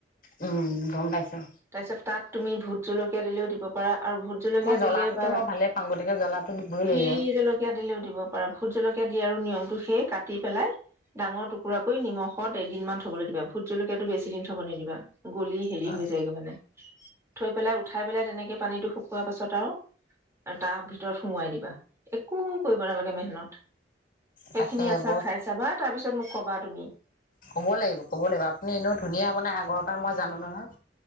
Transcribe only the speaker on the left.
উম গম পাইছা।
মই জ্বলাটোতো
মই ভালে পাওঁ গতিকে জ্বলাটো দিবই
লাগিব।
হয়,
তাকে
বৰ
ক'ব লাগিব ক'ব লাগিব আপ আপুনি এনেও ধুনীয়া বনাই আগৰ পৰাই মই জানো নহয়।